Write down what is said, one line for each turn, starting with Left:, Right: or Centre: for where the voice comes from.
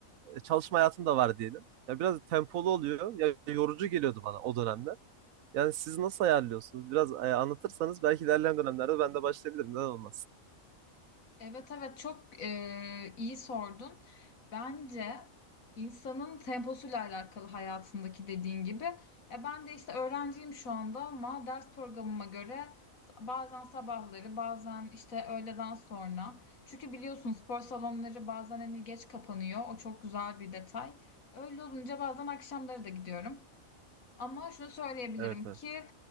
Right: çalışma hayatım da var diyelim. Ya biraz tempolu oluyor. Ya yorucu geliyordu bana o dönemler. Yani siz nasıl ayarlıyorsunuz? Biraz e, anlatırsanız belki ilerleyen dönemlerde ben de başlayabilirim. Neden olmasın?
Left: Evet evet çok e, iyi sordun. Bence insanın temposuyla alakalı hayatındaki dediğin gibi. Ya ben de işte öğrenciyim şu anda ama ders programıma göre bazen sabahları bazen işte öğleden sonra. Çünkü biliyorsun spor salonları bazen hani geç kapanıyor. O çok güzel bir detay. Öyle olunca bazen akşamları da gidiyorum. Ama şunu söyleyebilirim
Right: Evet, evet.
Left: ki